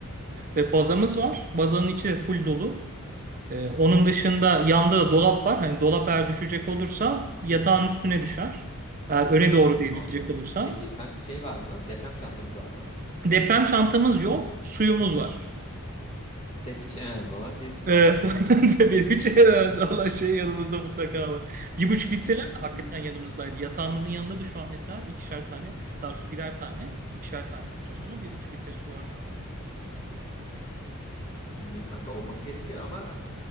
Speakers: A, on the right (about 40°); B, on the left (about 30°).
A: e, bazamız var. Bazanın içi de full dolu. E, onun dışında yanda da dolap var. Hani dolap eğer düşecek olursa yatağın üstüne düşer. Eğer öne doğru
B: Anladım
A: devrilecek
B: orada.
A: olursa.
B: Peki kanka şey var mı? Deprem çantanız var mı?
A: Deprem çantamız yok, suyumuz var.
B: <laughs> Senin için en önemli olan şey su
A: Evet,
B: zaten.
A: <laughs> aynen de benim için herhalde Allah şey yanımızda mutlaka var. Bir buçuk litreler
B: <laughs>
A: de hakikaten yanımızdaydı. Yatağımızın yanında da şu an mesela ikişer tane, daha doğrusu birer tane, ikişer tane yapacağız onu. Bir buçuk litre su var şu anda.
B: Şimdi kanka olması gerekiyor ama